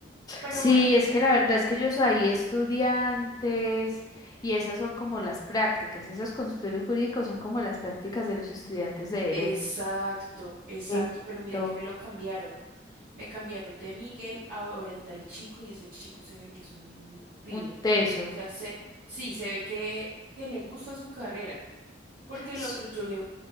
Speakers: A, on the right; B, on the left.
A: pero
B: Sí,
A: bueno,
B: es que la verdad es que ellos ahí estudiantes y esas son como las prácticas, esos consultorios jurídicos son como las prácticas de los estudiantes de derecho.
A: exacto, exacto.
B: Esto,
A: Pero mira que me lo cambiaron. Me cambiaron de Miguel a ahora tal chico y ese chico se ve que es un pilo.
B: Un teso.
A: O sea, se, sí, se ve que, que le gusta su carrera. Porque el
B: S-
A: otro, yo le,